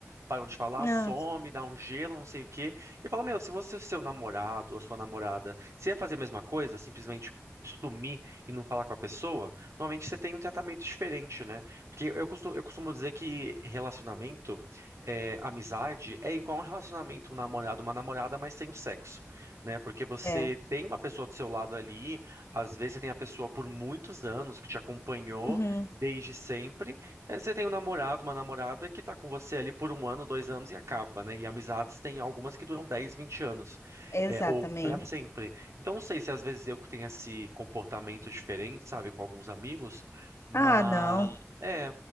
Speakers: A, on the right; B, on the left.
A: Param de falar,
B: Ah,
A: some, dá um gelo, não sei o quê. E fala, meu, se você, o seu namorado, a sua namorada, se ia fazer a mesma coisa, simplesmente sumir e não falar com a pessoa normalmente você tem um tratamento diferente, né? Porque eu costumo, eu costumo dizer que relacionamento, é, amizade, é igual um relacionamento, um namorado, uma namorada, mas sem o sexo, né? Porque você
B: é.
A: tem uma pessoa do seu lado ali, às vezes você tem a pessoa por muitos anos que te acompanhou
B: Uhum.
A: desde sempre, e aí você tem um namorado, uma namorada que tá com você ali por um ano, dois anos e acaba, né? E amizades tem algumas que duram 10 20 anos,
B: É.
A: é,
B: Exatamente.
A: ou para sempre. Então, não sei se às vezes eu que tenho esse comportamento diferente, sabe, com alguns amigos, mas
B: Ah, não.
A: é,